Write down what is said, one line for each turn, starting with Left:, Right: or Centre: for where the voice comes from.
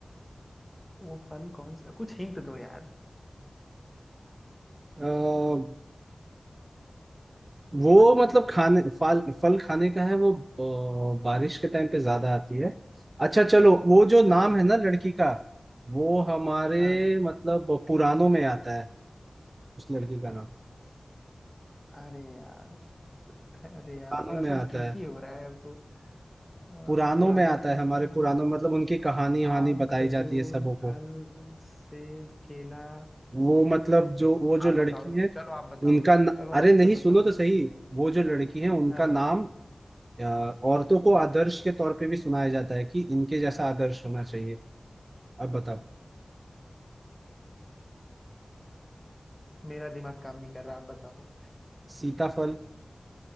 Left: वो फल कौन सा कुछ हिंट दो यार
Right: हाँ वो मतलब खाने फल फल खाने का है वो अ, बारिश के टाइम पे ज्यादा आती है अच्छा चलो वो जो नाम
Left: हाँ
Right: है ना लड़की का वो हमारे
Left: हाँ
Right: मतलब पुराणों में आता है उस लड़की का नाम
Left: अरे यार अरे
Right: पुराणों
Left: यार थोड़ा
Right: में
Left: सा
Right: आता
Left: ट्रिकी
Right: है
Left: हो रहा है अब तो अह,
Right: पुराणों
Left: पुरानों
Right: में आता
Left: में
Right: है हमारे
Left: आता है
Right: पुराणों में, मतलब उनकी कहानी वहानी
Left: आम
Right: बताई
Left: खजूर
Right: जाती है सबों को
Left: फल सेब केला
Right: वो मतलब जो वो जो
Left: आप
Right: लड़की
Left: बताओ
Right: है
Left: चलो आप बताओ
Right: उनका न...
Left: चलो
Right: अरे
Left: आंसर
Right: नहीं सुनो
Left: बताओ
Right: तो सही वो जो लड़की है उनका
Left: हाँ
Right: नाम
Left: हाँ
Right: अ, औरतों को आदर्श के तौर पे भी सुनाया जाता है कि इनके जैसा आदर्श होना चाहिए अब बताओ
Left: मेरा दिमाग काम नहीं कर रहा आप बताओ
Right: सीताफल